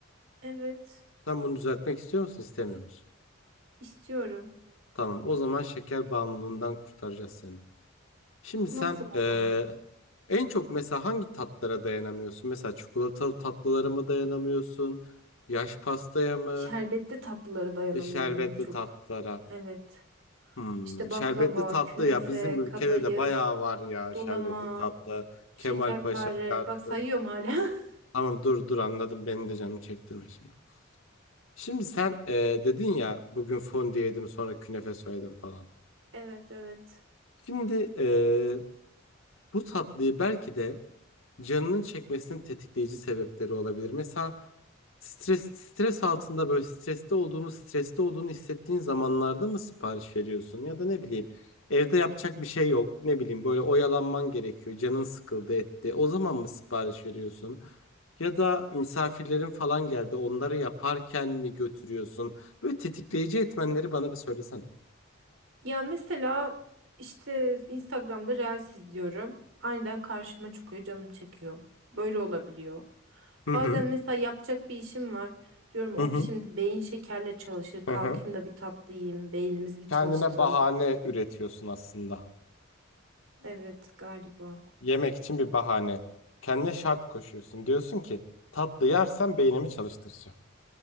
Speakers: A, on the right; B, on the left.
A: Evet
B: Sen bunu düzeltmek istiyor musun, istemiyor musun?
A: istiyorum.
B: Tamam. O zaman şeker bağımlılığından kurtaracağız seni. Şimdi sen
A: Nasıl ama?
B: eee, En çok mesela hangi tatlara dayanamıyorsun? Mesela çikolatalı tatlılara mı dayanamıyorsun? Yaş pastaya mı?
A: Şerbetli tatlılara dayanamıyorum
B: E, Şerbetli
A: en çok.
B: tatlılara.
A: Evet.
B: Hmm,
A: İşte baklava,
B: şerbetli tatlı
A: künefe,
B: ya bizim ülkede
A: kadayıf,
B: de bayağı var ya
A: dolama,
B: şerbetli tatlı.
A: şekerpare.
B: Kemalpaşa, Çarçur.
A: Bak sayıyorum hala. <laughs>
B: Tamam dur dur anladım beni de canım çektirme şimdi. Şimdi sen e, dedin ya bugün fondue yedim sonra künefe söyledim falan.
A: Evet, evet.
B: Şimdi e, bu tatlıyı belki de canının çekmesinin tetikleyici sebepleri olabilir. Mesela Stres stres altında böyle streste olduğunu, streste olduğunu hissettiğin zamanlarda mı sipariş veriyorsun ya da ne bileyim evde yapacak bir şey yok. Ne bileyim böyle oyalanman gerekiyor. Canın sıkıldı etti. O zaman mı sipariş veriyorsun? Ya da misafirlerin falan geldi. Onları yaparken mi götürüyorsun? Böyle tetikleyici etmenleri bana bir söylesene.
A: Ya mesela işte Instagram'da Reels izliyorum. Aniden karşıma çıkıyor, canım çekiyor. Böyle olabiliyor.
B: Hı
A: Bazen
B: hı.
A: mesela yapacak bir işim var. Diyorum of
B: Hı hı.
A: şimdi beyin şekerle çalışır. Kalkayım
B: Hı hı.
A: da bir tatlı yiyeyim. Beynimizi bir
B: Kendine
A: çalıştıralım.
B: bahane üretiyorsun aslında.
A: Evet galiba.
B: Yemek için bir bahane. Kendine şart koşuyorsun. Diyorsun ki tatlı yersem beynimi çalıştıracağım.